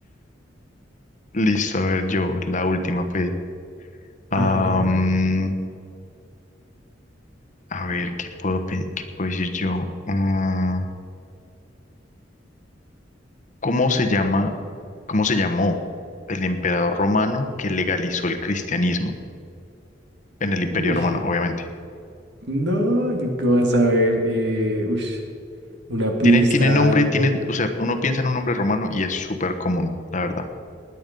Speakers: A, on the left (about 40°); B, on the right (about 65°).
A: Listo, a ver, yo, la última, pues. Am,
B: Ajá.
A: a ver, ¿qué puedo, pe- qué puedo decir yo? Ah, ¿cómo se llama, cómo se llamó el emperador romano que legalizó el cristianismo? en el Imperio
B: Uy.
A: Romano, obviamente.
B: No, yo qué vas a ver. Eh, ush, una pista,
A: Tiene, tiene nombre,
B: algo.
A: tiene, o sea, uno piensa en un nombre romano y es súper común, la verdad.